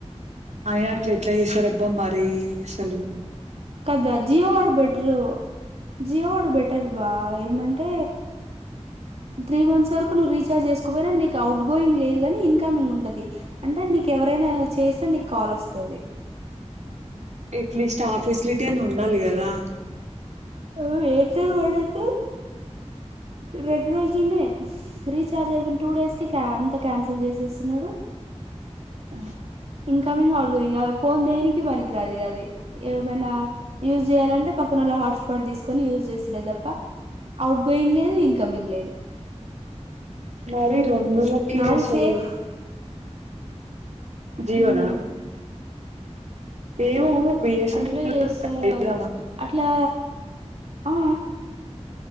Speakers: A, on the right; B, on the right.
A: ఆయన అట్లా ఎట్లా చేసారా అబ్బా మరి సలు
B: కదా జియో ఆడ్బెట్రూ జియో ఆడ్బెట్ బెటర్ బా ఏమంటే త్రీ మంత్స్ వరకు నువ్వు రీచార్జ్ చేసుకోపోయినా నీకు అవుట్ గోయింగ్ లేదు కానీ ఇన్కమింగ్ ఉంటంది అంటే నీకు ఎవరైనా చేసినా నీకు కాల్ వస్తుంది
A: ఎట్లీస్ట్ ఆ ఫెసిలిటీ అని ఉండాలి కదా
B: ఆర్ఎయిర్టెల్ వాడైతే రెండు రోజుల్ని రీచార్జ్ అయిపోయిన టూ డేస్కి అంత క్యాన్సిల్ చేసేస్తున్నాడు
A: ఆ
B: ఇన్కమింగ్ అవుట్ గోయింగ్ అ ఫోన్ దేనికి పనికిరాదు అది ఏమైనా యూజ్ చేయాలంటే పక్కనళ్ళ హాట్స్పాట్ తీసుకొని యూజ్ చేసుడే తప్ప అవుట్ గోయింగ్ లేదు ఇన్కమింగ్ లేదు
A: మరి రెండులకి
B: నాది
A: అసలు
B: సేఫ్
A: జీవనా
B: హ్మ్
A: ఏమో బిఎస్ఎన్ఎల్
B: అట్లే చేస్తారు వాళ్ళు అట్లా ఆ ఆ